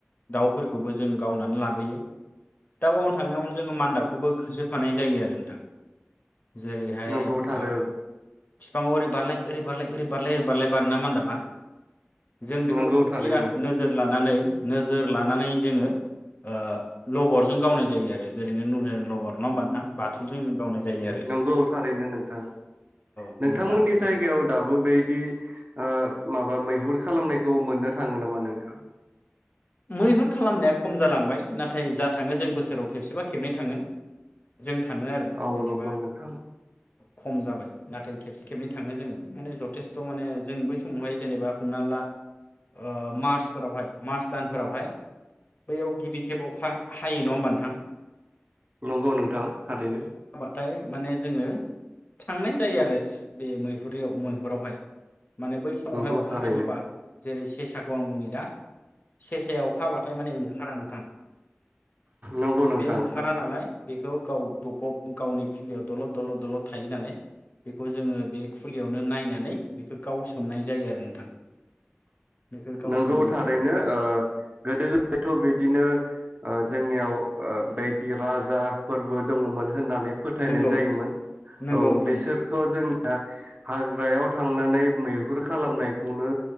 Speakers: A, on the left; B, on the right.
A: दाउफोरखौबो जों गावनानै लाबोयो। दाव गावनो थांनायावनो जोङो मान्दाबखौबो होसोफानाय जायो आरो नोंथां। जेरैहाय
B: नोंगौ थारो
A: ओ बिफाङाव ओरै बारल ओैरै बारलाय ओरै बारल ओैरै बारलाय बारो ना होनदामा। जों बेखौ
B: नोंगौ थारैनो
A: बिराद नोजोर लानानै नोजोर लानानै जोङो, ओ लबरजों गावनाय जायो आरो जेरै नो लबर नङा होनबा नोंथां? बाथलजों जों गावनाय जायो आरो
B: नंगौ थारैनो नोंथां
A: ।
B: नोंथांमोननि जायगायाव दाबो बेबायदि ओ माबा मैहुर खा खालामनायखौ मोननो थाङो नामा? औ नोंथां।
A: मैहुर खालामनाया खम जालांबाय, नाथाय जा थाङो जों बोसोराव खेबसेबा खेबनै थाङो। जों थाङो आरो
B: औ
A: जेनेबा
B: नंगौ नोंथां
A: खम जाबाय नाथाय खेबसे खेबनै थाङो जोङो, माने जथेस्थ माने जों बै समावहाय जेनेबा हमना, ला ओ मार्च फोरावहाय मार्स। भुटान फोरावहाय बैयाव गिबिखेब अखा हायो नङा होमबा नोंथां?
B: नंगौ नोंथां थारैनो।
A: ओमफ्राय माने जोङो थांनाय जायो आरो बे मैहुर मैहुरावहाय। माने बै समावहाय
B: नंगौ
A: अखा
B: थारैनो
A: हायोबा जेरै सेसाखौ आं बुनि दा सेसायाव अखाहाबाथाय माने ओंखारा नोंथां।
B: नंगौ नोंथां
A: बे ओंखारा
B: थारैनो।
A: <unintelligible> बेखौ गाउ। गावनि फुलियाव दलद दलद दलद। थायो नालाय बेखौ जोङो बे खुलियावनो नायनानै बेखौ गावसोमनाय जायो आरो नोंथां। बेखौ गाव
B: नंगौ
A: सोमनाय
B: थारैनो।
A: जायो
B: ओ गोदो गोदायथ' बिदिनो ओ जोंनियाव ओ बेदि राजा फोरबो दङमोन। होननानै फोथायनाय
A: नंगौ
B: जायोमोन औ
A: नंगौ नोंथां
B: बेसोरथ' जों हाग्रायाव थांनानै मैहुर खालामनायखौनो